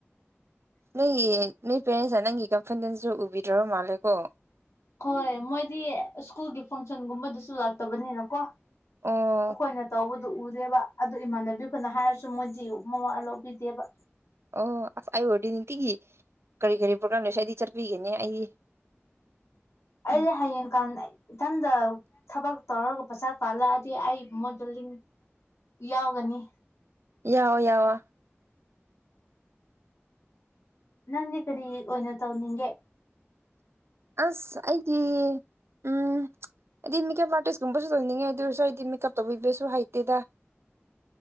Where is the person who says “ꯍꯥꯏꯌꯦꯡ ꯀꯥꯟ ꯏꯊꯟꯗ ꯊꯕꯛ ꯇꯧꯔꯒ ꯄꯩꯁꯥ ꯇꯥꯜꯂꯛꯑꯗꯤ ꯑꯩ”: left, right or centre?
Left